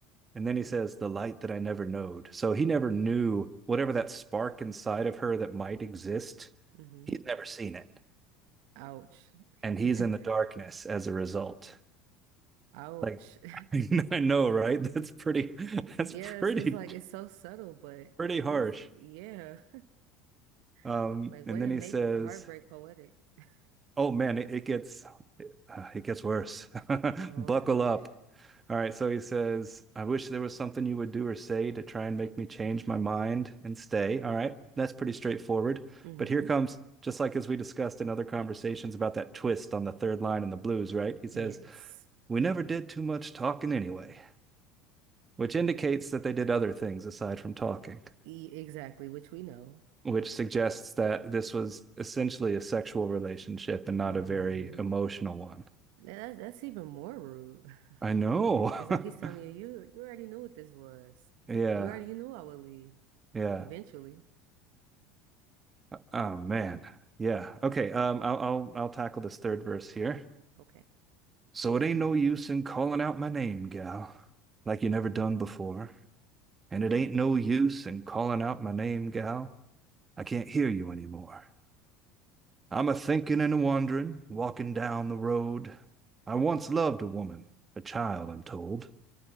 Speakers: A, on the right; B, on the right.
A: And then he says, "The light that I never knowed." So he never knew whatever that spark inside of her that might exist.
B: hmm
A: He's never seen it.
B: Ouch. <laughs>
A: and he's in the darkness as a result.
B: Ouch.
A: Like
B: <laughs>
A: <laughs> I know, right? That's pretty <laughs> that's
B: Yes,
A: pretty
B: it's like it's so subtle, but
A: pretty
B: he's,
A: harsh.
B: yeah,
A: Um
B: <laughs> like way
A: and then
B: to
A: he
B: make
A: says,
B: heartbreak poetic. <laughs>
A: "Oh man, it, it gets uh, it gets worse. <laughs>
B: Oh
A: Buckle
B: gosh.
A: up." All right, so he says, "I wish there was something you would do or say to try and make me change my mind and stay." All right. That's pretty straightforward.
B: hmm
A: But here comes just like as we discussed in other conversations about that twist on the third line in the blues, right? He says,
B: Yes.
A: "We never did too much talking anyway." which indicates that they did other things aside from talking,
B: E exactly, which we know.
A: which suggests that this was essentially a sexual relationship and not
B: hmm
A: a very emotional one.
B: That's that's even more rude. <laughs>
A: I know.
B: It's like he's telling
A: <laughs>
B: you, you you already knew what this was.
A: Yeah.
B: You already knew I would leave
A: Yeah.
B: eventually.
A: Oh man. Yeah. Okay. Um. I'll I'll I'll tackle this third verse here.
B: Okay.
A: So it ain't no use in calling out my name, gal, like you never done before. And it ain't no use in calling out my name, gal. I can't hear you anymore. I'm a thinking and a wandering, walking down the road. I once loved a woman, a child, I'm told.